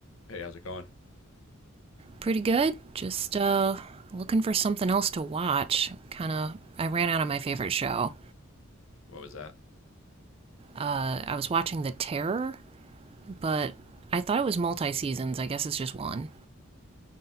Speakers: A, on the left; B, on the right.
A: Hey, how's it going?
B: pretty good. Just uh, looking for something else to watch. Kind of, I ran out of my favorite show.
A: What was that?
B: Uh, I was watching The Terror, but I thought it was multi seasons. I guess it's just one.